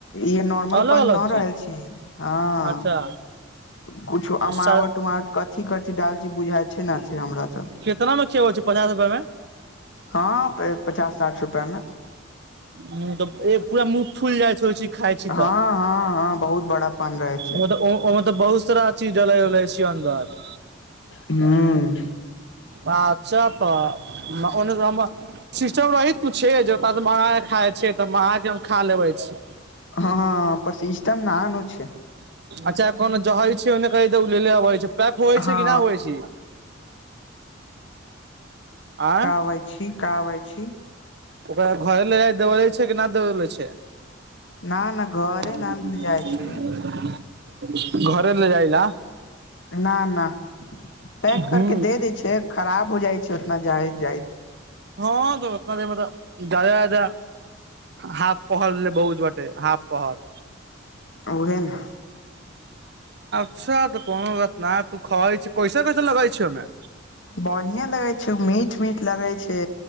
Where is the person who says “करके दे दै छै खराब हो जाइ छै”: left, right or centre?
Left